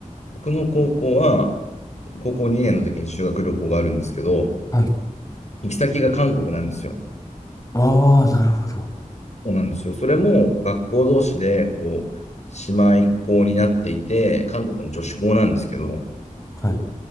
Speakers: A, on the left; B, on the left.
A: 僕の高校は高校2年の時に修学旅行があるんですけど、
B: い。
A: 行き先が韓国なんですよ。
B: ああ、なるほど。
A: そうなんですよ。それも学校同士で、こう、姉妹校になっていて、韓国の女子校なんですけど、
B: はい。